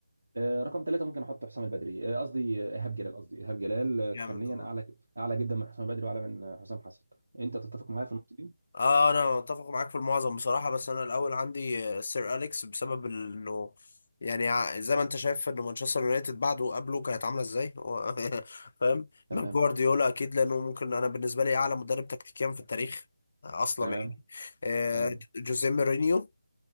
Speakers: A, on the right; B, on the left.
A: آه، رقم ثلاثة ممكن احط حسام البدري آه، قصدي آه، ايهاب جلال قصدي ايهاب جلال آه،
B: جامد
A: فنيا
B: والله
A: اعلى اعلى جدا من حسام البدري واعلى من آه، حسام حسن انت تتفق معايا في النقطه دي
B: اه انا متفق معاك في المعظم بصراحه بس انا الاول عندي آه، سير اليكس بسبب انه يعني ع- زي ما انت شايف انه مانشستر يونايتد بعده وقبله كانت عامله ازاي هو <laughs> فاهم
A: تمام
B: مع جوارديولا اكيد لانه ممكن انا بالنسبه لي اعلى مدرب تكتيكيا في التاريخ آه، اصلا
A: تمام
B: يعني آه،
A: تمام
B: جوزيه مورينيو